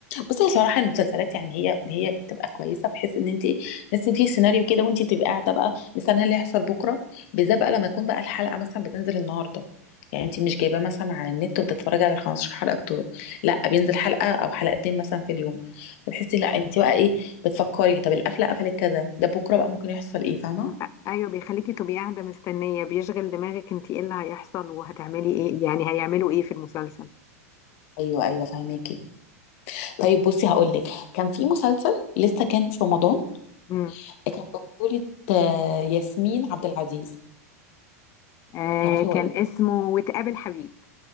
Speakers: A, on the left; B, on the left.
A: بصي صراحه المسلسلات يعني هي هي بتبقى كويسه في حيث ان انت ايه بس في سيناريو كده وانت تبقى قاعده بقى مستنيه اللي هيحصل بكره بالذات بقى لما يكون بقى الحلقه مثلا بتنزل النهارده يعني انت مش جايباه مثلا على النت وبتتفرجي على ال 15 حلقه بتوعه لا بينزل حلقه او حلقتين مثلا في اليوم فتحسي لا انت بقى ايه بتفكري طب القفله قفلت كذا ده بكره بقى ممكن يحصل ايه فاهمه
B: م- ايوه بيخليكي تبقي قاعده مستنيه بيشغل دماغك انت ايه اللي هيحصل وهتعملي ايه يعني هيعملوا ايه في المسلسل
A: ايوه ايوه فاهماكي طيب بصي هقول لك كان في مسلسل لسه كان في رمضان
B: امم
A: كان بطولة آه، ياسمين عبد العزيز
B: آه
A: تعرفي هو
B: كان
A: ايه
B: اسمه وتقابل حبيب